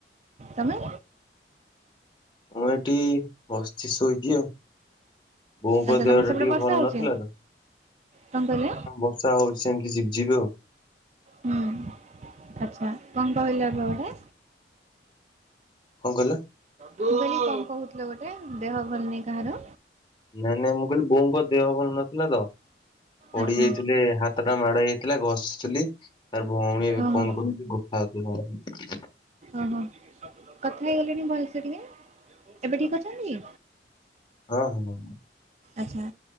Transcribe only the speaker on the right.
ତମେ
ଆଚ୍ଛା
ତମର
ସେପଟେ
ବର୍ଷା
ହଉଛି
କଣ କହିଲେ
ହୁଁ ଆଚ୍ଛା କଣ କହିଲ ଏବେ ଗୋଟେ।
ବୋଲି କଣ କହୁଥିଲ ଗୋଟେ, ଦେହ ଭଲନାହିଁ କାହାର।
ଆଚ୍ଛା
ଓହୋ
ଓହୋ କଥା ହେଇଗଲେଣି ଭଲସେ ଟିକେ, ଏବେ ଠିକ ଅଛନ୍ତି?
ଆଚ୍ଛା